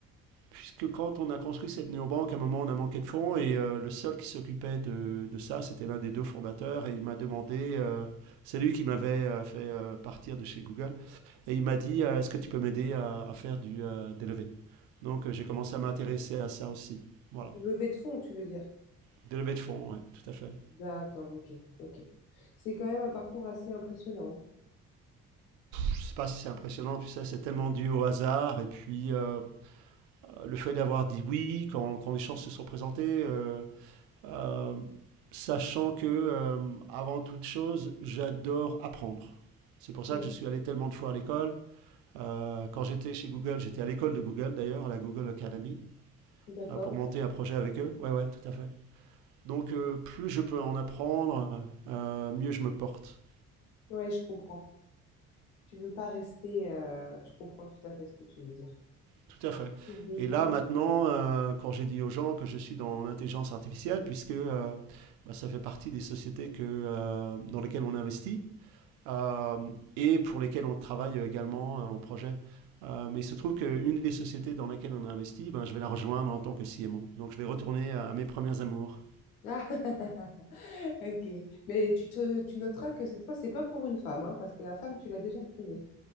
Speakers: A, on the right; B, on the left.
A: puisque quand on a construit cette néobanque, à un moment, on a manqué de fonds et euh, le seul qui s'occupait de, de ça, c'était l'un des deux fondateurs et il m'a demandé, euh, c'est lui qui m'avait euh, fait euh, partir de chez Google, et il m'a dit, euh, est-ce que tu peux m'aider à, à faire du, euh, des levées Donc euh, j'ai commencé à m'intéresser à ça aussi. Voilà,
B: Levée de fonds, tu veux dire?
A: des levées de fonds, ouais, tout à fait.
B: D'accord, ok, ok. C'est quand même un parcours assez impressionnant.
A: Je ne sais pas si c'est impressionnant, tu sais, c'est tellement dû au hasard et puis euh, le fait d'avoir dit oui quand, quand, les chances se sont présentées. euh, euh, sachant que, euh, avant toute chose, j'adore apprendre. C'est pour ça
B: hein.
A: que je suis allé tellement de fois à l'école. Euh, quand j'étais chez Google, j'étais à l'école de Google d'ailleurs, à la Google Academy,
B: D'accord.
A: euh, pour monter un projet avec eux. Ouais, ouais, tout à fait. Donc, euh, plus je peux en apprendre, euh, mieux je me porte.
B: Oui, je comprends. Tu veux pas rester. euh, Je comprends tout à fait ce que tu veux dire.
A: Tout à fait.
B: Au besoin.
A: Et là, maintenant, euh, quand j'ai dit aux gens que je suis dans l'intelligence artificielle, puisque euh, bah, ça fait partie des sociétés que, euh, dans lesquelles on investit, euh, et pour lesquels on travaille également euh, en projet. Euh, mais il se trouve qu'une des sociétés dans laquelle on a investi, ben, je vais la rejoindre en tant que CMO. Donc je vais retourner à, à mes premiers amours.
B: Ah, <laughs> ok. Mais tu te, tu noteras que cette fois, c'est pas pour une femme, hein, parce que la femme, tu l'as déjà trouvée.